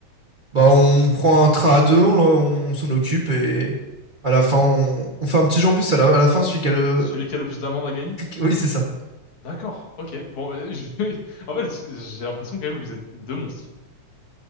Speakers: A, on the right; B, on the left.
A: Bah, on prend un train à deux, on, l'en- on s'en occupe et à la fin on, on fait un petit jeu en plus. À la, à la fin, celui qui a le
B: Celui qui a le plus d'amendes à gagner?
A: Oui, c'est ça.
B: D'accord, ok. Bon, bah, je <laughs> en fait, j'ai l'impression quand même que vous êtes deux monstres.